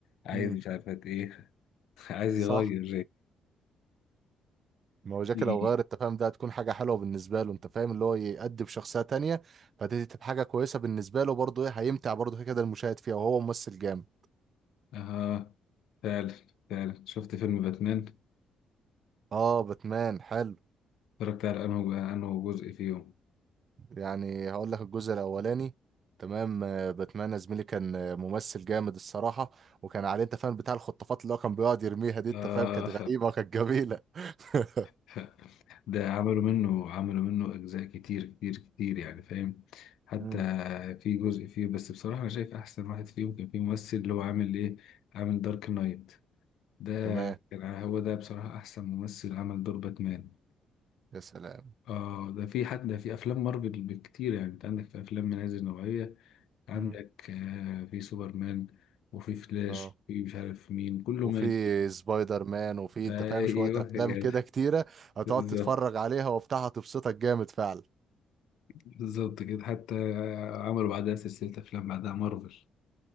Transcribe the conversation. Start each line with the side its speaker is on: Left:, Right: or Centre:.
Left: عايز
Right: مم.
Left: مش عارفة ايه <laughs> عايز
Right: صح
Left: يغير
Right: ما هو جاكي
Left: إيه.
Right: لو غير التفاهم ده هتكون حاجة حلوة بالنسبة له انت فاهم اللي هو يأدي بشخصية تانية فدي تبقى حاجة كويسة بالنسبة له برضه ايه هيمتع برضه كده كده المشاهد فيها وهو ممثل جامد
Left: اه فعلا فعلا شفت فيلم باتمان
Right: اه باتمان حلو
Left: اتفرجت على انه انه جزء فيهم
Right: يعني هقول لك الجزء الاولاني تمام آه، باتمان يا زميلي كان آه، ممثل جامد الصراحة وكان عليه انت فاهم بتاع الخطافات اللي هو كان بيقعد يرميها دي
Left: آه.
Right: انت فاهم كانت غريبة وكانت جميلة <laughs>
Left: <laughs> ده عملوا منه عملوا منه أجزاء كتير كتير كتير يعني فاهم حتى
Right: مم.
Left: في جزء فيه بس بصراحة أنا شايف أحسن واحد فيهم كان في ممثل اللي هو عامل إيه عامل دارك نايت ده
Right: تمام
Left: كان هو ده بصراحة أحسن ممثل عمل دور باتمان
Right: يا سلام
Left: آه ده في حد ده في أفلام مارفل بكتير يعني أنت عندك في أفلام من هذه النوعية عندك
Right: مم.
Left: آه في سوبرمان وفي فلاش
Right: اه
Left: وفي مش عارف مين كله
Right: وفي
Left: مات
Right: سبايدر مان وفي
Left: <laughs>
Right: انت
Left: أيوه
Right: فاهم شوية افلام
Left: يا جدع
Right: كده كتيرة هتقعد
Left: بالظبط
Right: تتفرج عليها وبتاع هتبسطك جامد فعلا
Left: بالظبط كده حتى عملوا بعدها سلسلة أفلام بعدها مارفل